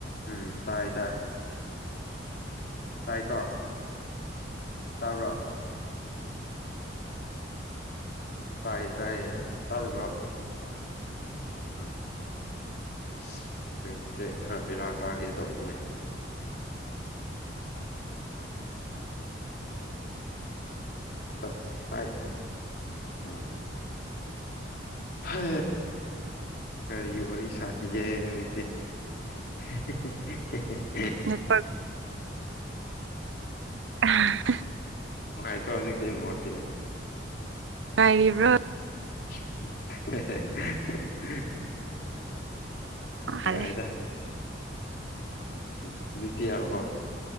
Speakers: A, on the left; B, on the right.
A: ꯎꯝ ꯇꯥꯏ ꯇꯥꯏ ꯇꯥꯏꯀꯣ ꯇꯥꯕ꯭ꯔꯣ ꯇꯥꯏ ꯇꯥꯏꯌꯦ ꯇꯥꯗꯕ꯭ꯔꯣ ꯑꯥ ꯑꯁ ꯑꯩꯈꯣꯏꯁꯦ ꯈꯔ ꯕꯦꯔꯥ ꯀꯥꯒꯦ ꯇꯧꯕꯤꯅꯦ ꯇ ꯇ ꯎꯝ ꯍ ꯀꯔꯤ ꯋꯥꯔꯤ ꯁꯥꯁꯤꯒꯦ ꯍꯧꯖꯤꯛꯇꯤ <unintelligible>
B: ꯅꯠꯄ ꯎꯝ
A: ꯅꯨꯡꯉꯥꯏꯀꯣ ꯍꯧꯖꯤꯛꯛꯇꯗꯤ ꯅꯣꯇꯦ
B: ꯉꯥꯏꯔꯤꯕ꯭ꯔꯣ
A: <unintelligible>
B: ꯍꯥꯜꯂꯦ
A: ꯌꯥꯏꯗ ꯍꯧꯖꯤꯛꯇꯤ ꯌꯥꯎꯔꯕꯣ